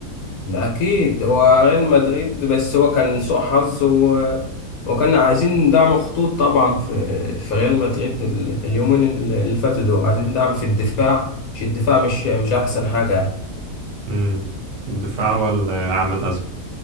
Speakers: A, on the left (about 75°); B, on the right (about 65°).
A: أكيد هو ريال مدريد بس هو كان سوء حظ و... وكان عايزين دعم خطوط طبعا في في ريال مدريد ال- اليومين اللي فاتوا دول عايزين دعم في الدفاع مش الدفاع مش مش أحسن حاجة يعني
B: مم. الدفاع هو اللي عامل أزمة